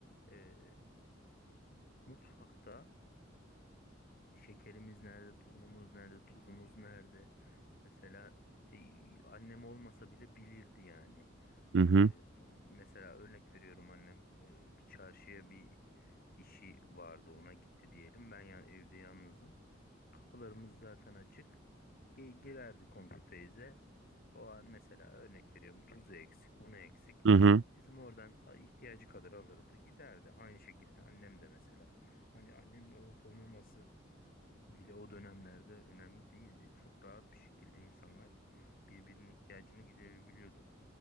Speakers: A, on the left; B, on the right.
A: e, mutfakta Şekerimiz nerede, tu- unumuz nerede, tuzumuz nerede? Mesela e, annem olmasa bile bilirdi yani.
B: Hı hı.
A: Ee, son- mesela örnek veriyorum annem e, bir çarşıya bir işi vardı ona gitti diyelim. Ben ya, evde yalnızım. Kapılarımız zaten açık. Gi- Girerdi komşu teyze. O an mesela örnek veriyorum tuzu eksik, unu eksik.
B: Hı hı.
A: Bizim oradan a- ihtiyacı kadar alırdı, giderdi. Aynı şekilde annem de mesela. Hani annemin olup olmaması bile o dönemlerde önemli değildi. Çok rahat bir şekilde insanlar birbirinin ihtiyacını giderebiliyordu.